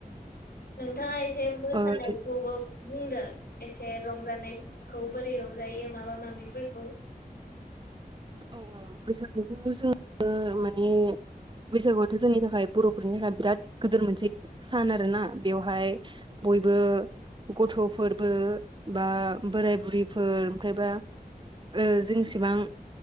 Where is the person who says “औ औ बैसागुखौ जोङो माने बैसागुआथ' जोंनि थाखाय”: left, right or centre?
Right